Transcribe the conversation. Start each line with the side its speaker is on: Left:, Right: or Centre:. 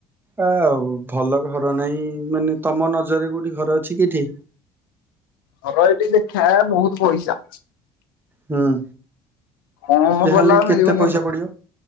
Right: ଆଉ ଭଲ ଘର ନାହିଁ ମାନେ ତମ ନଜରରେ କୋଉଠି ଘର ଅଛି କି ଏଠି?
Left: ଘର ଏଇଠି ଦେଖା ବହୁତ ପଇସା।
Right: ହୁଁ।
Left: କମ
Right: ଯାହାହେଲେ
Left: ବାଲା
Right: କେତେ
Left: ମିଳିବନି
Right: ପଇସା
Left: ଭଲରେ
Right: ପଡିବ